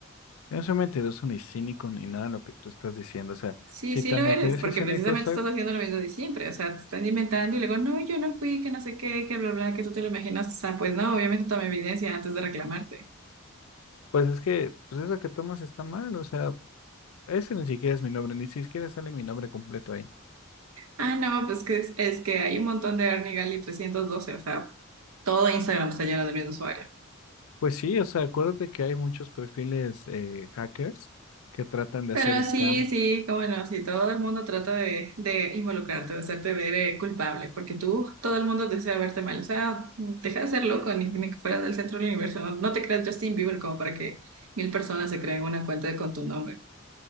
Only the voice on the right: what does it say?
Sí,
sí
lo eres,
porque
precisamente
estás haciendo lo mismo de siempre. O sea, te están inventando y luego, no, yo no fui, que no sé qué, que bla, bla, que tú te lo imaginas. O sea, pues no, obviamente tomé evidencia antes de reclamarte.
Ah, no, pues que es, es que hay un montón de Ernie Gali 312, o sea, todo Instagram está lleno del mismo usuario.
Pero
sí, sí, cómo no, sí, todo el mundo trata de, de involucrarte, de hacerte ver eh, culpable, porque tú, todo el mundo desea verte mal, o sea, deja de ser loco, ni, ni que fueras del centro del universo, no, no te creas Justin Bieber como para que mil personas se creen una cuenta con tu nombre.